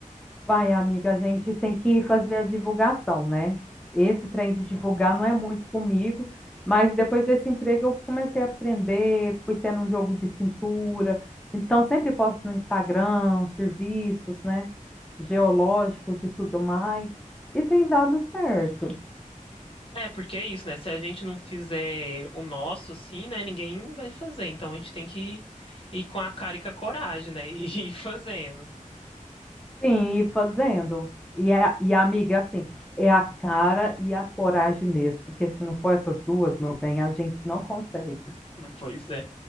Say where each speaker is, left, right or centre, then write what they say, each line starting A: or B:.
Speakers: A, in the centre; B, on the left (about 40°).
A: Vai, amiga, a gente tem que fazer a divulgação, né? Esse trem de divulgar não é muito comigo, mas depois desse emprego eu comecei a aprender, fui tendo um jogo de cintura. Então, sempre posto no Instagram, serviços, né? Geológicos e tudo mais. E tem dado certo.
B: É, porque é isso, né? Se a gente não fizer o nosso, assim, né, ninguém vai fazer. Então, a gente tem que ir com a cara e com a coragem, né? <laughs> E ir fazendo.
A: Sim, e fazendo. E a, e a amiga, assim, é a cara e a coragem mesmo, porque se não for essas duas, meu bem, a gente não consegue.
B: <laughs> Pois é.